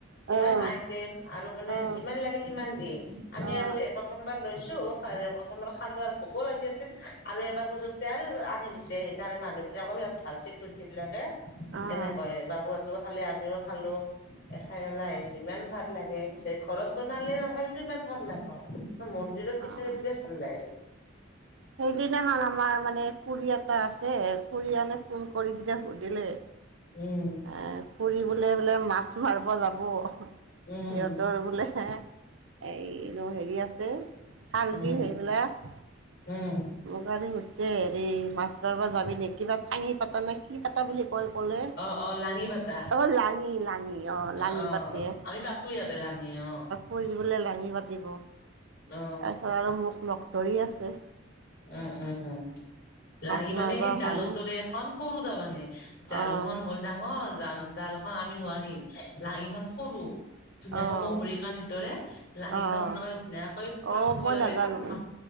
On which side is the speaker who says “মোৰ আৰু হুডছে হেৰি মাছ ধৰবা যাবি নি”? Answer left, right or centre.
Right